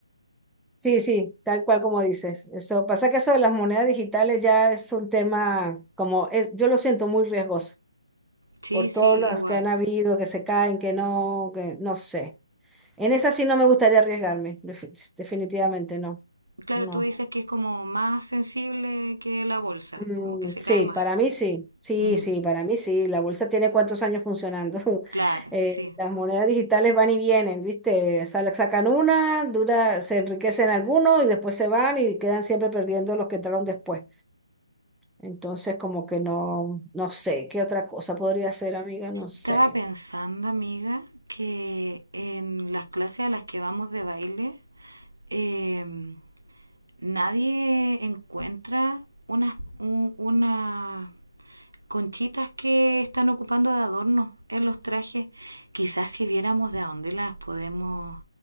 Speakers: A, in the centre; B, on the right.
A: Sí, sí, tal cual como dices. Eso pasa que eso de las monedas digitales ya es un tema como es, yo lo siento muy riesgoso
B: Sí,
A: por
B: sí,
A: todas las
B: igual.
A: que han habido, que se caen, que no, que no sé. En esa sí no me gustaría arriesgarme, defi- definitivamente no.
B: Claro,
A: No.
B: tú dices que es como más sensible que la bolsa,
A: Mm,
B: como que se
A: sí,
B: cae más.
A: para mí sí, sí,
B: Mm,
A: sí, para mí sí. La bolsa tiene cuántos años funcionando. <laughs>
B: claro,
A: Eh,
B: sí.
A: las monedas digitales van y vienen, ¿viste? Sal- sacan una, dura, se enriquecen algunos y después se van y quedan siempre perdiendo los que entraron después. Entonces, como que no, no sé, ¿qué otra cosa podría ser, amiga? No sé.
B: Estaba pensando, amiga, que en las clases a las que vamos de baile, em, nadie encuentra unas un- unas conchitas que están ocupando de adorno en los trajes. Quizás si viéramos de dónde las podemos